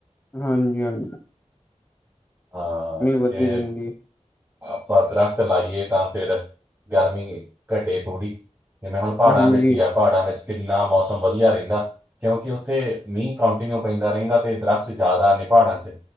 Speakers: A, on the left; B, on the right.
A: ਹਾਂਜੀ-ਹਾਂਜੀ।
B: ਹਾਂ
A: ਵੱਧਦੀ
B: ਜੇ
A: ਜਾਂਦੀ
B: ਆਪਾਂ ਦਰਖਤ ਲਾਈਏ ਤਾਂ ਫੇਿਰ ਗਰਮੀ ਘਟੇ ਥੋੜੀ। ਜਿਵੇਂ ਹੁਣ ਪਹਾੜਾਂ
A: ਹਾਂਜੀ
B: ਵਿੱਚ ਜਾ ਪਹਾੜਾਂ ਵਿੱਚ ਕਿੰਨਾ ਮੌਸਮ ਵਧੀਆ ਰਹਿੰਦਾ ਕਿਉਂਕਿ ਉੱਥੇ ਮੀਂਹ ਕੰਟੀਨਿਊ ਪੈਂਦਾ ਰਹਿੰਦਾ ਤੇ ਦਰਖਤ ਜ਼ਿਆਦਾ ਨੇ ਪਹਾੜਾਂ